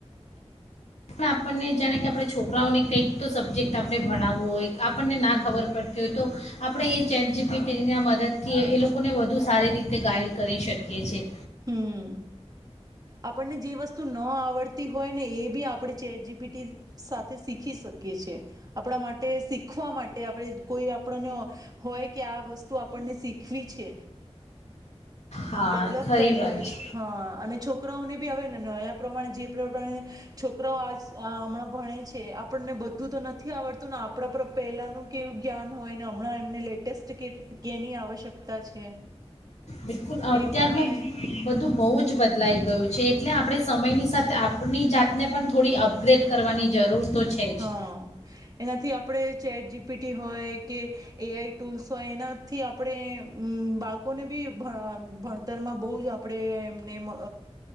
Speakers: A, on the left; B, on the right.
A: પણ આપણને જાણે કે આપણે છોકરાઓને કંઈક તો સબ્જેક્ટ આપણે ભણાવવો હોય આપણને ના
B: હમ
A: ખબર પડતી હોય તો આપણે એ ચેટ જીપીટીના મદદથી એ લોકોને વધુ સારી રીતે ગાઈડ કરી શકીએ છીએ
B: હમ્મ આપણને જે વસ્તુ ન આવડતી હોય ને એ બી આપણે ચેટ જીપીટી સાથે શીખી શકીએ છે આપણા માટે શીખવા માટે આપણે કોઈ આપણને હોય કે આ વસ્તુ આપણને શીખવી છે
A: હા
B: ડેવલપ
A: ખરી
B: કરવી
A: વાત
B: હોય
A: છે
B: હા અને છોકરા ઓને બી હવે એ નયા પ્રમાણે જે પ્રમાણે છોકરો આજ અહ હમણાં ભણે છે આપણને બધું તો નથ નથી આવડતું નો આપડા પર પહેલાનું કેવું જ્ઞાન હોય ને હમણાં એમને લેટેસ્ટ કે-કેની આવશ્યકતા છે.
A: બિલકુલ અત્યારનું
B: એ પ્રમાણે
A: બધું બહુ જ બદલાઈ ગયું છે, એટલે આપણે સમયની સાથે આપણી જાતને પણ થોડી અપગ્રેડ કરવાની જરૂર તો છે
B: હં,
A: જ
B: એનાથી આપણે ચેટ જીપીટી હોય કે એઆઈ ટૂલ્સ હોય એનાથી આપણે બાળકોને બી ભ ભણતરમાં બહુ જ આપણે ને મ અ